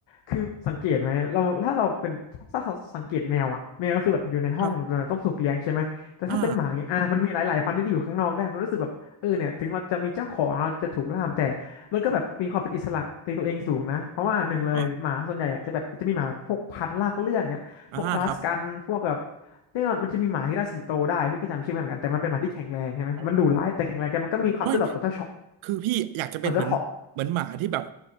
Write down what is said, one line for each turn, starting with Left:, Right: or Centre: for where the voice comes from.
Left: คือสังเกตไหมเราถ้าเราเป็นถ้าเราสังเกตแมวอะแมวก็คือแบบอยู่ในห้องต้องถูกเลี้ยงใช่ไหมแต่ถ้าเป็นหมาเงี้ยอ่ะมันมีหลายๆพันธุ์ที่อยู่ข้างนอกได้มันรู้สึกแบบเออเนี่ยถึงเราจะมีเจ้าของเราจะถูกล่ามแต่
Right: ครับอ่า
Left: มันก็แบบมีความเป็นอิสระในตัวเองสูงนะเพราะว่าหนึ่งเลยหมาส่วนใหญ่อะจะแบบจะมีหมาแบบพวกพันธุ์ลากเลื่อนเนี่ยพวกอลาสกันพวกแบบ
Right: อ๋ออ่าครับ
Left: เรียกว่ามันจะมีหมาที่ล่าสิงโตได้พี่ก็จำชื่อไม่เหมือนกันแต่มันเป็นหมาที่แข็งแรงใช่ไหมมันดุร้ายแต่แข็งแรงแต่มันก็มีความซื่อสัตย์ต่อเจ้าของ
Right: อ๋อโอ้ยคือพี่อยากจะเป็นเหมือนเหมือนหมาที่แบบ
Left: อ๋องเจ้าของ